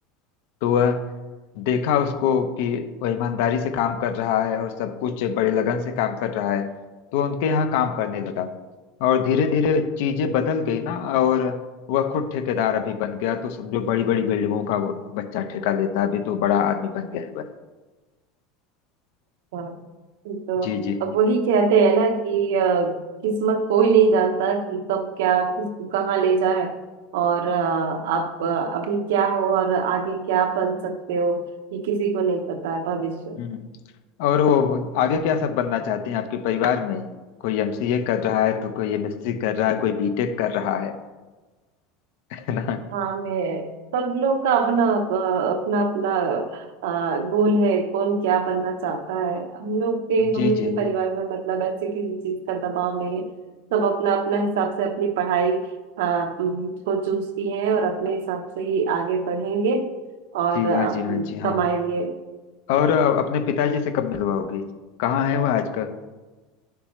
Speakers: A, on the left; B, on the right.
A: तो वह देखा उसको कि वह ईमानदारी से काम कर रहा है और सब कुछ बड़े लगन से काम कर रहा है तो उनके यहाँ काम करने लगा और धीरे धीरे चीजें बदल गई ना और वह खुद ठेकेदार अभी बन गया तो समझो बड़ी बड़ी बिल्डिंगों का वो बच्चा ठेका लेता है अभी तो बड़ा आदमी बन गया है वह
B: हाँ, तो
A: जी जी
B: अब वही कहते हैं ना कि अ, किस्मत कोई नहीं जानता कि कब क्या किसको कहाँ ले जाए और अ, आप अ, अभी क्या हो और आगे क्या बन सकते हो ये किसी को नहीं पता है भविष्य
A: हम्म और वो आगे क्या सब बनना चाहते हैं आपके परिवार में कोई एमसीए कर रहा है तो कोई एमएससी कर रहा है कोई बीटेक कर रहा है <laughs> है ना
B: हाँ मैं सब लोग का अपना अपना अपना आ, गोल है कौन क्या बनना चाहता है हम लोग के
A: जी
B: हम लोग
A: जी
B: के परिवार में मतलब ऐसे किसी चीज का दबाव नहीं है सब अपना अपना हिसाब से अपनी पढ़ाई आ, उम, को चूज किए हैं और अपने हिसाब से ही आगे बढ़ेंगे और
A: जी
B: आ,
A: हाँ जी हाँ
B: कमाएंगे
A: जी हाँ और अ, अपने पिताजी से कब मिलवाओगी कहाँ है वह आजकल <laughs>